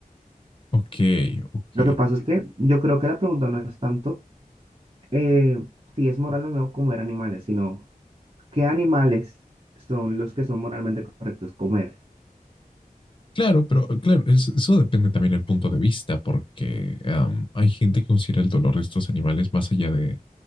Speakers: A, on the left (about 35°); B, on the right (about 40°).
A: Ok, ok.
B: Lo que pasa es que yo creo que la pregunta no es tanto eh, si es moral o no comer animales, sino qué animales son los que son moralmente correctos comer.
A: Claro, pero eh, claro, es- eso depende también del punto de vista, porque am, hay gente que considera el dolor de estos animales más allá de,